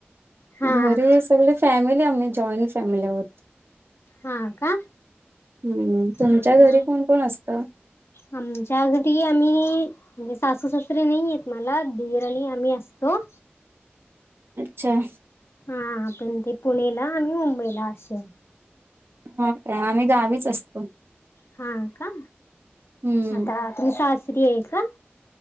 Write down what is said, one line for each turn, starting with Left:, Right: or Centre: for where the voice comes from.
Left: हा
Right: घरीच सगळे फॅमिली आम्ही जॉईंट फॅमिली होत
Left: हा का.
Right: हम्म तुमच्या
Left: मग
Right: घरी कोण कोण असतं.
Left: आमच्या घरी आम्ही म्हणजे सासू सासरीे नाही येत मला दीर आणि आम्ही असतो.
Right: अच्छा.
Left: हा पण ते पुणेला आम्ही मुंबईला असे.
Right: हा का आम्ही गावीच असतो.
Left: हा का
Right: हम्म
Left: आता तुम्ही सासरी ये का.